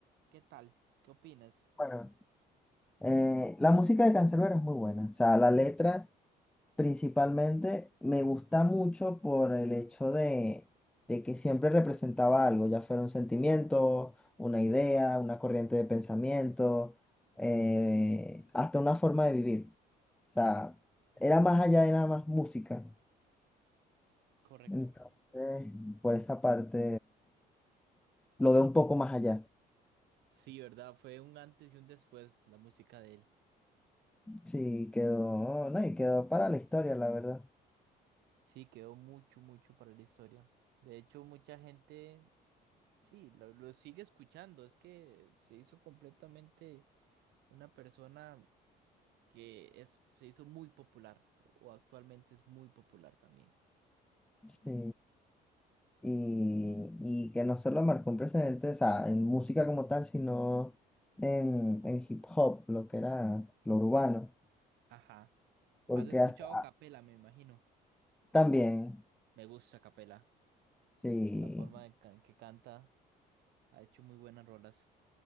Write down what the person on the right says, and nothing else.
qué tal? ¿Qué opinas?
Correcto.
Sí, ¿verdad? Fue un antes y un después la música de él.
Sí, quedó mucho, mucho para la historia. De hecho, mucha gente, sí, lo, lo sigue escuchando. Es que se hizo completamente una persona que es, se hizo muy popular o o actualmente es muy popular también.
Ajá.
¿Has escuchado
a Capela,
me imagino?
Me gusta Capela.
La forma en ca- en que canta ha hecho muy buenas rolas.